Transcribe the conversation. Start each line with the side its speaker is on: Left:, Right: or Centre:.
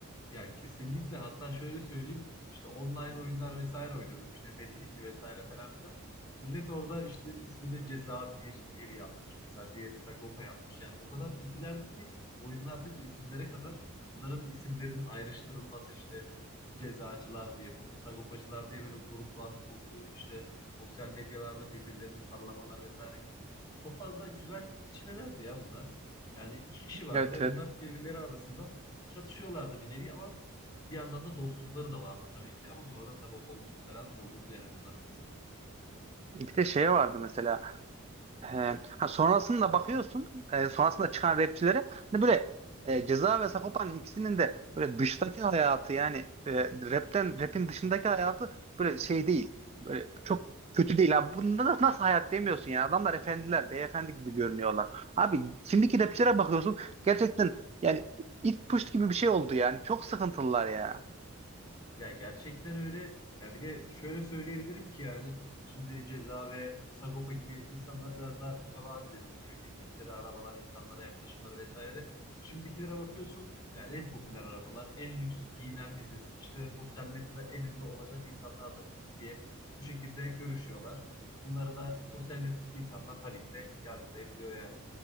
Left: Ya kesinlikle hatta şöyle söyleyeyim işte online oyunlar vesaire oynuyorduk işte Metin 2 vesaire falan filan. Millet orada işte ismini Ceza 1 1 yapmış mesela diğeri Sagopa yapmış. Yani o kadar popülerdi ki oyunlardaki isimlere kadar bunların isimlerin ayrıştırılması işte cezacılar diye po- sagopacılar diye böyle gruplar kuruldu. İşte sosyal medyalarda birbirlerine sallamalar vesaire gibi. Çok fazla güzel itişmelerdi ya bunlar. Yani iki kişi vardı
Right: Evet
Left: ve
Right: evet.
Left: bunlar birbirleri arasında çatışıyorlardı bir nevi ama bir yandan da dostlukları da vardı tabii ki ama sonradan tabii o dostluk falan bozuldu yani onlar arasında da.
Right: Bir de şey vardı mesela. e, ha sonrasında bakıyorsun. e, sonrasında çıkan rapçilere hani böyle e, Ceza ve Sagopa'nın ikisinin de böyle dıştaki hayatı yani e, rapten rapin dışındaki hayatı böyle şey değil. Böyle çok kötü değil abi. Bunda da nasıl hayat demiyorsun ya. Adamlar efendiler, beyefendi gibi görünüyorlar. Abi şimdiki rapçilere bakıyorsun. Gerçekten yani it push gibi bir şey oldu yani. Çok sıkıntılılar ya.
Left: Ya gerçekten öyle. Ya bir de şöyle söyleyebilirim ki yani şimdi Ceza ve Sagopa gibi insanlar biraz daha mütevazı dediğin gibi bindikleri arabalar, insanlara yaklaşımları vesaire. Şimdikilere bakıyorsun yani en popüler arabalar, en lüks giyinen biziz. İşte sosyal medyada en ünlü olacak insanlar da biziz diye bu şekilde görüşüyorlar. Bunları da sosyal medyadaki insanlar tabii ki de yargılayabiliyor yani.